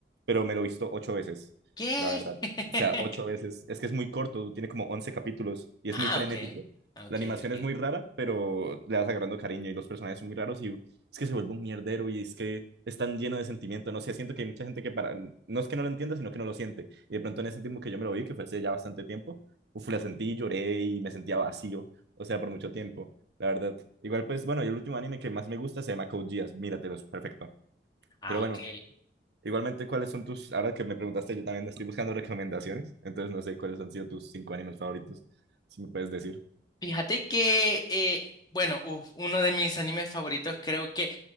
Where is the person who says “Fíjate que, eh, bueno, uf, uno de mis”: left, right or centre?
Left